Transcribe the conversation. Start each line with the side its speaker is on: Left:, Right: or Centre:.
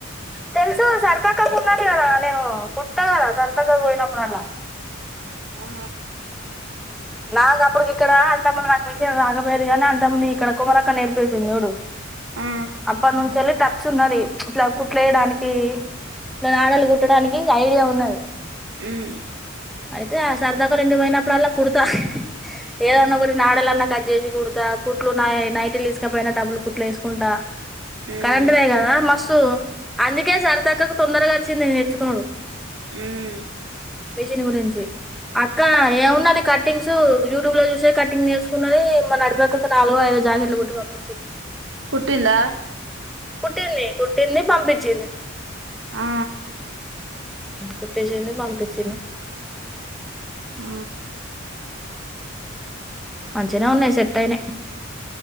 Centre: తెలుసు సరితక్కకున్నాది గదా నేను కుట్తా గదా సరితక్కకు పోయినప్పుడళ్ల
Right: ఆ
Centre: నాకు అప్పడుకి ఇక్కడ అంత ముందు నాకు మెషిన్ రాక పోయేది గాని అంత ముందు ఇక్కడ కుమరక్క నేర్పేసింది చూడు
Right: ఆ
Centre: అబ్బా నుంచించెల్లి టచ్ ఉన్నది ఇట్లా కుట్లేయడానికి ఇలా నాడలు కుట్టడానికి ఐడియా ఉన్నది
Right: ఉం
Centre: అయితే ఆ సరితక్కోళ్ళింటికి పోయినప్పుడు అళ్ల కుడు త ఏదన్న
Right: ఉమ్
Centre: ఒకటి నాడెలన్న కట్ చేసి కుడతా కుట్లు న నైటిలు తీసుకపోయినా డబుల్ కుట్లు ఎసుకుంటా
Right: ఉమ్
Centre: కరెంట్ దే గదా మస్ అందుకే సరితక్కకు తొందరగా వచ్చింది నేర్చుకునుడు
Right: ఉమ్
Centre: మిషిని గురించి అక్క ఏమున్నది కట్టింగ్స్ యూట్యూబ్ లో చూసే కట్టింగ్ చేేసుకున్నది మ నడిపక్కకు నాలుగో ఐదో జాకెట్లు కుట్టి పంపించింది
Right: కుట్టిందా
Centre: కుట్టింది కుట్టింది పంపించింది
Right: ఆ
Centre: కుట్టిచ్చింది పంపించింది
Right: ఆ
Centre: మంచిగనే ఉన్నాయి సెట్ అయినయ్